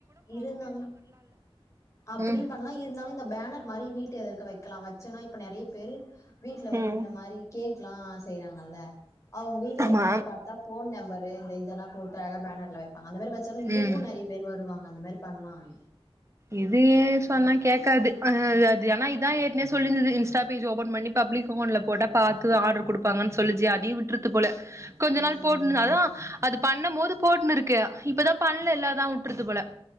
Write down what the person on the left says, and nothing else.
இருந்தாலு அப்டியு
பண்லா இருந்தாலு இந்த பேனர் மாரி வீட்டு எதிர்க்க வக் க்லா வச்சென்னா இப்ப நெறய பேரு வீட்ல வந்து
இந் மாரி கேக்லா செய்றாங்கல்ல அவுங்க வீட்டு
எதிர்க் பாத்தா ஃபோன் நம்பரு இந்த இதெல்லா போட்டு அழகா பேனர்ல ஆ அந்த மாரி வச்சாலு இதுக்கு
நெறய பேரு வருவாங்க அந்த மாரி பண்லான்
ம்